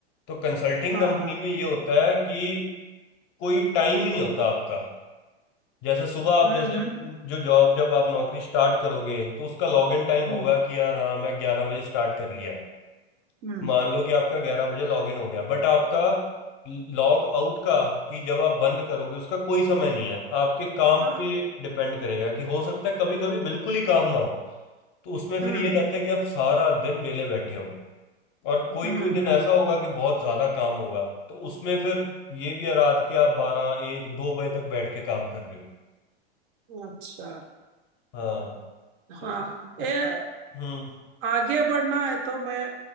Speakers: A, on the left; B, on the right.
A: तो कंसल्टिंग
B: हाँ
A: कंपनी
B: हाँ
A: में ये होता है कि कोई टाइम ही नहीं होता आपका जैसे सुबह आप
B: हम्म
A: जैसे
B: हम्म
A: जो जॉब जब आप नौकरी स्टार्ट करोगे तो उसका लॉग इन टाइम
B: हम्म
A: होगा कि यार हाँ मैं ग्यारह बजे स्टार्ट कर लिया
B: हम्म
A: मान लो कि आपका ग्यारह बजे लॉग इन हो गया बट आपका लॉग आउट का कि जब आप बंद करोगे उसका कोई समय नहीं है आपके काम
B: हाँ,
A: पे डिपेंड करेगा कि हो सकता है कभी कभी बिल्कुल ही काम ना हो तो उसमें
B: हम्म
A: फिर ये रहता है कि आप सारा दिन वेले बैठे हो और कोई
B: हम्म
A: कोई दिन
B: हम्म,
A: ऐसा होगा कि बहुत ज्यादा काम होगा तो उसमें फिर ये भी है रात के आप बारह एक दो बजे तक बैठ के काम कर रहे हो
B: अच्छा
A: हाँ
B: हाँ
A: तो इस, इसका
B: ये
A: हम्म
B: आगे बढ़ना है तो मैं